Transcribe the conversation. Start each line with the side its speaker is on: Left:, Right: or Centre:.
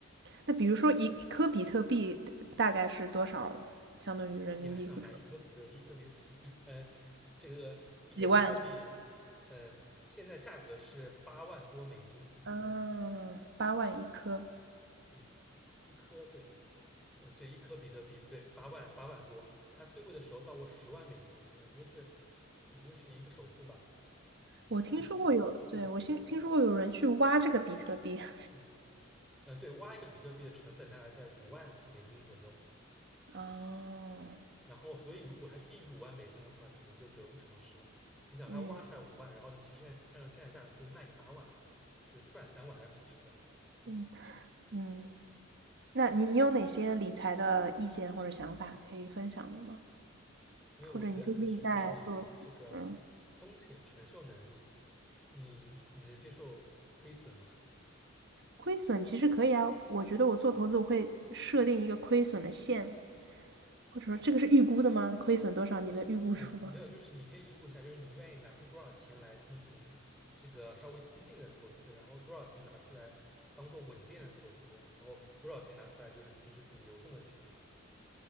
Right: 那比如说一一颗比特币大概是多少，相当于人民币或者？
Centre: 你还想买一颗比特币，一颗比一呃，这个一个比特币，
Right: 几万？
Centre: 呃，现在价格是八万多美金，
Right: 嗯，八万一颗。
Centre: 嗯，一颗对。嗯，对，一颗比特币，对，八万八万多，它最贵的时候到过十万美金一颗，也就是也就是一个首付吧，房子，
Right: 我听说过有，
Centre: <laughs>
Right: 对，
Centre: 嗯
Right: 我听听说过有人去挖这个比特币。<laughs>
Centre: 嗯嗯，对，挖一个比特币的成本大概在五万美金左右，
Right: 哦，
Centre: 然后所以如果它低于五万美金的话，可能就得不偿失了。你想它挖出来五万，
Right: 嗯
Centre: 然后你其实按照现在价格可以卖个八万，就是赚三万还是很值的。嗯，
Right: 嗯嗯，那你你有哪些理财的意见或者想法可以分享的吗？
Centre: 没有，
Right: 或者你最近在做什么嗯，
Centre: 我觉得还是看你的这个风险承受能力，你你能接受亏损吗？
Right: 亏损其实可以啊，我觉得我做投资我会设定一个亏损的线，或者说这个是预估的吗？亏损多少？你能预估出吗？
Centre: 呃，没有，就是你可以预估一下，就是你愿意拿出多少钱来进行这个稍微激进的投资，然后多少钱拿出来当做稳健的投资，然后多少钱拿出来就是平时自己流动的钱